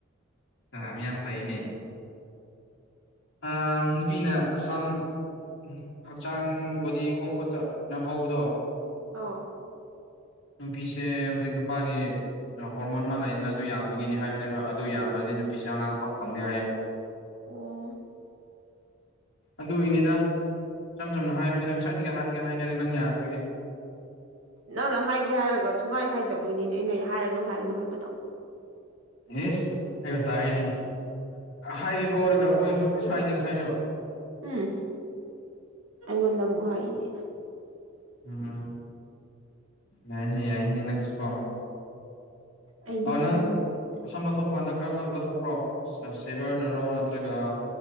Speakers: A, on the left (about 60°); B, on the right (about 85°).
A: ꯃꯤ ꯌꯥꯝ ꯐꯩꯅꯦ ꯑ ꯄꯅ ꯁꯝ ꯎꯝ ꯍꯛꯆꯥꯡ ꯕꯣꯗꯤ ꯈꯣꯡ ꯈꯨꯠꯇ ꯌꯥꯝ ꯍꯧꯕꯗꯣ
B: ꯑꯥ
A: ꯅꯨꯄꯤꯁꯦ ꯍꯧꯖꯤꯛ ꯅꯨꯄꯥꯒꯤ ꯍꯣꯔꯃꯣꯟ ꯃꯥꯜꯂꯗꯅ ꯑꯗꯨ ꯌꯥꯝꯕꯒꯤꯅꯤ ꯍꯥꯏꯕꯅꯦꯕ ꯑꯗꯨ ꯌꯥꯝꯃꯗꯤ ꯅꯨꯄꯤꯁ ꯑꯉꯥꯡ ꯄꯛ ꯐꯪꯗꯤꯦ ꯍꯥꯏꯌꯦꯕ
B: ꯑꯣ
A: ꯑꯗꯨꯒꯤꯅꯤꯗ ꯏꯁꯝ ꯁꯝꯅ ꯍꯥꯏꯕꯅꯤꯗꯪ ꯁ꯭ꯋꯥꯏꯒꯤ ꯍꯥꯏꯒꯦ ꯍꯥꯏꯈꯔꯦ ꯅꯪ ꯌꯥꯔꯕꯒꯤ
B: ꯅꯪꯅ ꯍꯥꯏꯒꯦ ꯍꯥꯏꯔꯒ ꯁꯨꯡꯍꯥꯏ ꯍꯥꯏꯗꯕꯒꯤꯅꯤꯅꯦ ꯑꯩꯅ ꯍꯥꯏꯔꯅꯨ ꯍꯥꯏꯔꯅꯨ ꯍꯥꯏꯕꯗꯣ
A: ꯏꯁ ꯑꯩꯕꯨ ꯇꯥꯏꯅꯦ ꯍꯥꯏꯒꯦ ꯀꯣꯔꯒ ꯑꯩꯣꯏꯁꯨ ꯀꯔꯤꯁꯨ ꯍꯥꯏꯗꯦ ꯉꯁꯥꯏꯁꯨ
B: ꯎꯝ ꯑꯩꯉꯣꯟꯗꯨꯛ ꯍꯥꯏꯅꯦ
A: ꯎꯝ ꯌꯥꯏꯅꯦ ꯌꯥꯏꯅꯤꯅꯁꯨꯀꯣ
B: ꯑꯩꯗꯤ
A: ꯑꯣ ꯅꯪ
B: ꯌꯥꯅꯤ
A: ꯁꯝꯅ ꯂꯧꯊꯣꯛꯄ ꯀꯥꯟꯗ ꯀꯔꯝꯕ ꯂꯧꯊꯣꯛꯄ꯭ꯔꯣ ꯁꯦꯕꯔꯅꯔꯣ ꯅꯠꯇ꯭ꯔꯒ